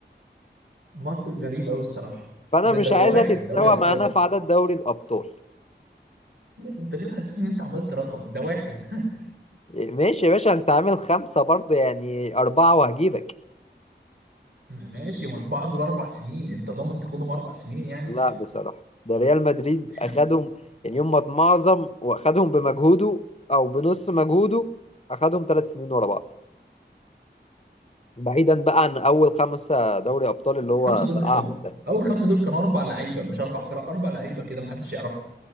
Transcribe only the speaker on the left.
فانا
مش
عايزها
تتساوى
معانا في عدد دوري الابطال
ماشي يا باشا انت عامل خمسة برضه يعني أربعة وهجيبك
لا بصراحة ده ريال مدريد
أخدهم يعني هم معظم وأخدهم بمجهوده أو بنص مجهوده أخدهم ثلاث سنين ورا بعض بعيدا بقى عن أول خمسة دوري أبطال اللي هو
فقعهم
ده